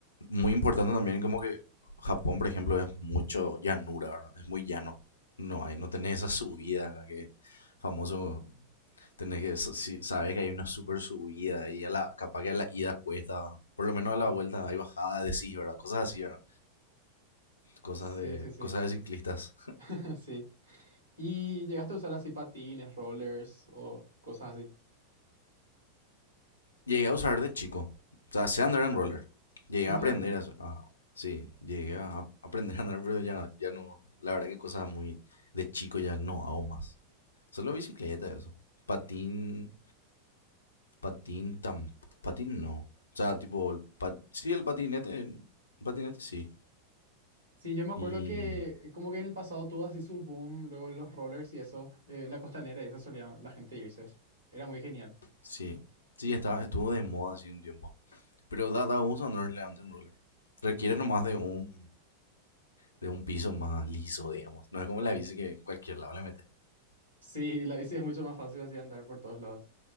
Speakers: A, on the left; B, on the right.
A: muy importante también como que Japón, por ejemplo, es mucho llanura, ¿verdad? Es muy llano. No hay, no tenés esa subida acá que famoso, tenés que, sa- si sabes que hay una super subida y a la, capaz que a la ida cuesta, por lo menos a la vuelta hay bajada de sí, ¿verdad? Cosas así, ¿verdad? Cosas
B: Sí,
A: de,
B: sí, sí.
A: cosas de ciclistas.
B: <laughs> Sí. ¿Y llegaste a usar así patines, rollers o cosas así?
A: Llegué a usar de chico. O sea, sé andar en roller. Llegué
B: ¿En
A: a
B: serio?
A: aprender a... a- sí, llegué a a- aprender a andar, pero ya, ya no... La verdad que cosas muy de chico ya no hago más. Solo bicicleta, eso. Patín, patín, tam, patín no. O sea, tipo, el pat, sí, el patinete, patinete sí.
B: Sí, yo me acuerdo
A: Y
B: que como que en el pasado tuvo así su boom, luego los rollers y eso, eh, en la costanera y eso solía la gente irse. Era muy genial.
A: sí, sí, estaba, estuvo de moda así un tiempo. Pero da, da gusto andar adelante en roller. Requiere nomás de un, de un piso más liso, digamos. No es como la bici que cualquier lado le mete.
B: Sí, la bici es mucho más fácil así andar por todos lados.